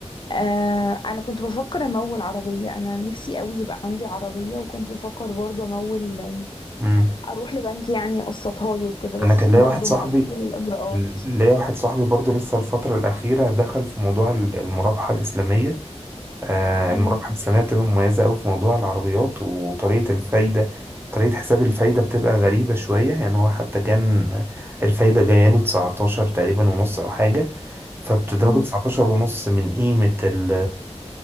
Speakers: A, on the left; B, on the right.
A: آه انا كنت بفكر امول عربيه انا نفسي قوي يبقى عندي عربيه وكنت بفكر برضو امول
B: مم.
A: اروح لبنك يعني يقسطها لي وكده بس
B: انا كان ليا
A: برضو
B: واحد صاحبي
A: معرفش الاجراءات
B: ليا واحد صاحبي برضو لسه الفترة الأخيرة دخل في موضوع ال- المرابحة الإسلامية آه
A: امم
B: المرابحة الإسلامية بتبقى مميزة أوي في موضوع العربيات وطريقة الفايدة طريقة حساب الفايدة بتبقى غريبة شوية يعني هو حتى كان الفايدة جاية له 19 تقريبا ونص أو حاجة فبتضربه
A: امم
B: 19 ونص من قيمة ال